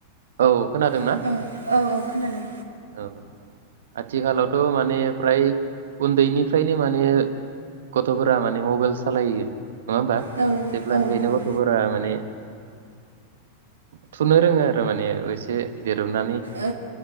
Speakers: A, on the right; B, on the right.
A: औ खोनादों
B: औ
A: ना
B: औ औ खोनादों
A: औ आथिखालावथ' माने फ्राय उन्दैनिफ्रायनो माने गथ'फोरा माने मबाइल सालायो नङा होमबा
B: औ
A: जेब्लानिफ्रायनो
B: औ
A: गथ'फोरा माने थुनो रोङो आरो माने एसे देर जनानानै
B: औ